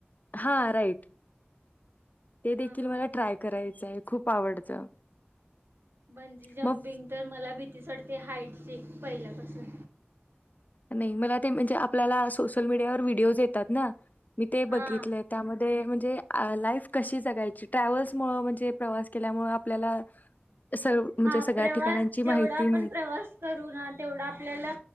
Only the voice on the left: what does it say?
हा राईट ते देखील
मला ट्राय कराय य खूप आवडतं.
मग
नाही मला ते म्हणजे आपल्याला सोशल मीडियावर व्हिडिओज येतात ना? मी ते बघितलंय
त्यामध्य म्हणजे लाईफ कशी जगायची ट्रॅव्हल्स मुळ म्हणजे प्रवास केल्यामुळे आपल्याला सर्व म्हणजे
सगळ्या
ठिकाणांची माहिती
मिळते